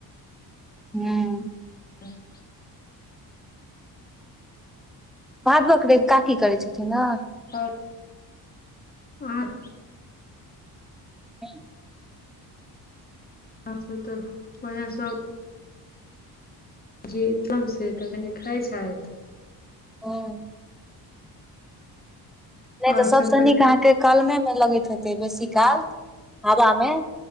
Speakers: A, in the centre; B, on the left.
A: हुं।
B: <inaudible>
A: भादवक रवि काकी करै छथिन ने?
B: हां। आं
A: हुं।
B: आर सब त, ओहे सब जे तमसे तखनि खाइ छथि।
A: हुं। नहि
B: आओर
A: त सबसे
B: सब तऽ
A: नीक अहांके कलमे लगैत हेतै बेस। इ काल, हवा मे,